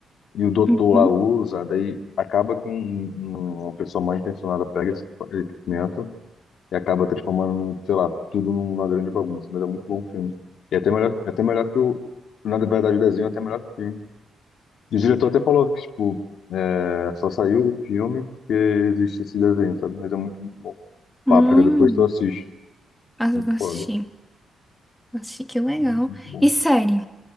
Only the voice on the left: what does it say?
e o doutor
lá usa, daí acaba que um, um- uma pessoa mal intencionada pega esse equipamento e acaba transformando, sei lá, tudo numa grande bagunça. Mas é muito bom o filme. E até melhor, é até melhor que o. Na verdade, o desenho é até melhor que o filme. E o diretor até falou que, tipo, é, só saiu o filme porque existe esse desenho, sabe? Mas é muito, muito bom.
Páprica, depois tu assiste.
Muito
foda.
Muito, muito bom.